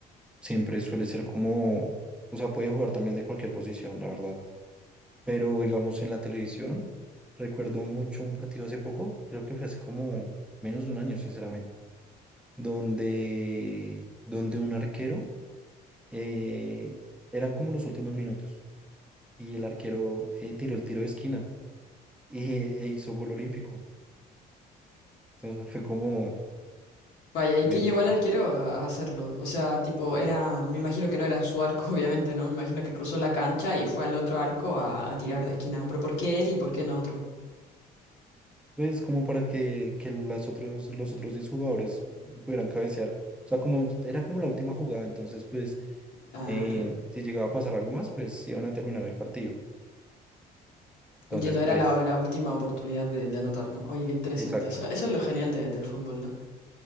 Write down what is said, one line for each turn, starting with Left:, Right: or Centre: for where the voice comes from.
Centre: siempre suele ser como, o sea, puede jugar también de cualquier posición, la verdad. Pero digamos en la televisión, recuerdo mucho un partido hace poco, creo que fue hace como menos de un año, sinceramente, donde, donde un arquero, eh, eran como los últimos minutos. y el arquero eh, tiró el tiro de esquina y, e hizo gol olímpico. Entonces fue como,
Left: Vaya, ¿y
Centre: Dios,
Left: qué llevó al arquero a a hacerlo? O sea, tipo, era, me imagino que no era en su arco, <laughs> obviamente, ¿no? Me imagino que cruzó la cancha y fue al otro arco a, a tirar de esquina. Pero ¿por qué él y por qué no otro?
Centre: pues como para que, que las otros, los otros 10 jugadores pudieran cabecear. O sea, como era como la última jugada, entonces pues
Left: Ah,
Centre: eh,
Left: claro.
Centre: si llegaba a pasar algo más, pues iban a terminar el partido. Entonces
Left: Entiendo,
Centre: pues,
Left: era la, la última oportunidad de, de anotar, ¿no? Oye, qué interesante.
Centre: exacto.
Left: Eso, eso es lo genial de- del fútbol, ¿no?